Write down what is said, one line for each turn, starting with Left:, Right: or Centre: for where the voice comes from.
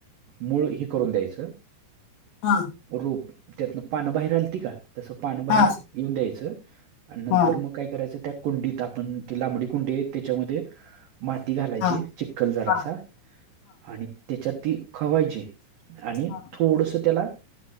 Right: मूळ हे करून द्यायचं
Left: हा
Right: रोप त्यातनं पानं बाहेर आलती का? तसं पानं बाहेर
Left: हा
Right: येऊन द्यायचं आणि नंतर
Left: हा
Right: मग काय करायचं त्या कुंडीत आपण ती लांबडी कुंडी आहे त्याच्यामध्ये माती घालायची
Left: हा हा
Right: चिखल जरासा
Left: हा
Right: आणि त्याच्यात ती खवायची आणि
Left: हा
Right: थोडंसं त्याला